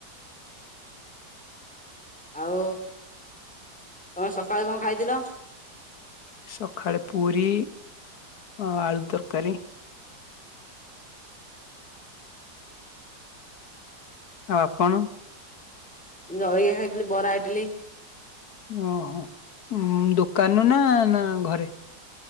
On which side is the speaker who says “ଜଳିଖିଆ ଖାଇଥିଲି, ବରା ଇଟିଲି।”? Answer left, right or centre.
Centre